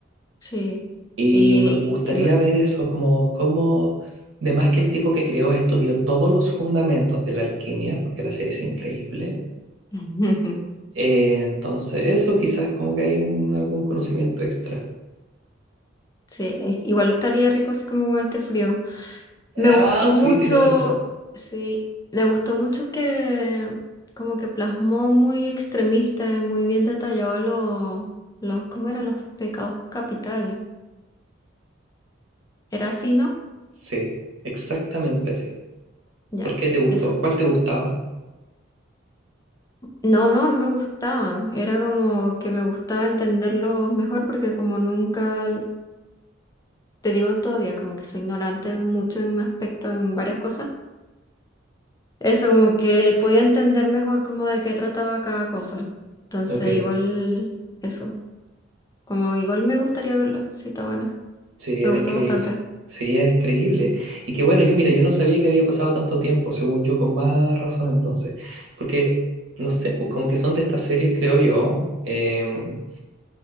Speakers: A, on the left; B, on the right.
A: sí.
B: Y
A: Y,
B: me gustaría
A: y me-
B: ver eso como, como, de más que el tipo que creó esto vio todos los fundamentos de la alquimia, porque la serie es increíble.
A: <laughs>
B: Eh, entonces, eso quizás como que hay un, algún conocimiento extra.
A: sí, es- igual estaría rico así como con este frío. Me
B: Ah,
A: gustó
B: sí,
A: mucho,
B: tienes razón.
A: sí, me gustó mucho que como que plasmó muy extremista y muy bien detallado los, los, ¿cómo eran? Los pecados capitales. ¿Era así, no?
B: Sí, exactamente así.
A: Ya,
B: ¿Por qué te gustó?
A: eso.
B: ¿Cuál te gustaba?
A: No, no, no me gustaban. Era como que me gustaba entenderlos mejor porque como nunca, te digo todavía, como que soy ignorante mucho en un aspecto, en varias cosas. Eso, como que podía entender mejor como de qué trataba cada cosa. Entonces,
B: Ok.
A: igual, eso. Como igual me gustaría verla, sí, está buena.
B: Sí,
A: Me
B: era
A: gustó
B: increíble.
A: bastante.
B: Sí, era increíble. Y que bueno, yo mira, yo no sabía que había pasado tanto tiempo, según yo, con más razón entonces. Porque, no sé, pues como que son de estas series, creo yo, em,